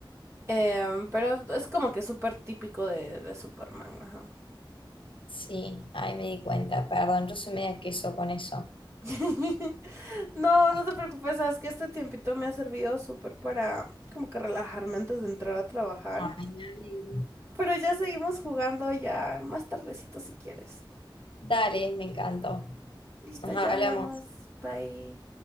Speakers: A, on the right; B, on the left.
A: Em, pero es como que súper típico de, de Superman, ajá.
B: Sí, ahí me di cuenta, perdón, yo soy media queso con eso.
A: <laughs> No,
B: Ah,
A: no te preocupes, sabes que este tiempito me ha servido súper para como que relajarme antes de entrar a trabajar.
B: Ay, me alegro.
A: Pero ya seguimos jugando ya más tardecito si quieres.
B: Dale, me encantó.
A: Listo,
B: Nos
A: ya
B: hablamos.
A: hablamos. Bye.